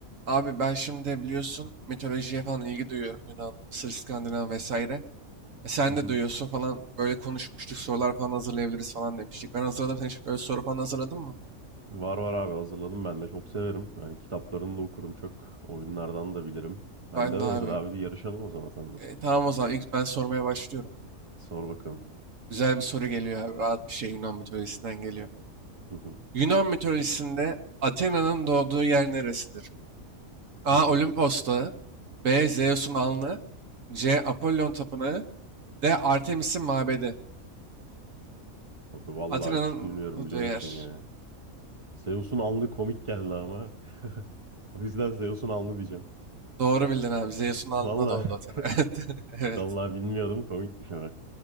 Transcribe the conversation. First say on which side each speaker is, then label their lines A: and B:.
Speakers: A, on the right; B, on the right.
A: Abi ben şimdi biliyorsun mitolojiye falan ilgi duyuyorum. Yunan, Mısır, İskandinav vesaire. E sen
B: Hı hı.
A: de duyuyorsun falan böyle konuşmuştuk sorular falan hazırlayabiliriz falan demiştik. Ben hazırladım. Sen hiç öyle soru falan hazırladın mı?
B: Var var abi hazırladım ben de çok severim. Yani kitaplarını da okurum çok. Oyunlardan da bilirim. Bende
A: Ben
B: de
A: de abi.
B: hazır abi bir yarışalım o zaman seninle.
A: E, tamam o zaman ilk ben sormaya başlıyorum.
B: Sor bakalım.
A: Güzel bir soru geliyor abi. Rahat bir şey Yunan mitolojisinden geliyor.
B: Hı hı.
A: Yunan mitolojisinde Athena'nın doğduğu yer neresidir? A.
B: Hı hı.
A: Olimpos Dağı B. Zeus'un alnı C. Apollon Tapınağı D. Artemis'in mabedi.
B: Abi vallahi
A: Athena'nın
B: hiç bilmiyorum
A: doğduğu
B: biliyor
A: yer.
B: musun ya. Zeus'un alnı komik geldi ama. <laughs> O yüzden Zeus'un alnı diyeceğim.
A: Doğru bildin abi. Zeus'un alnında
B: Vallahi
A: doğdu Athena.
B: <laughs>
A: <laughs> Evet. Evet.
B: vallahi bilmiyordum komikmiş ama.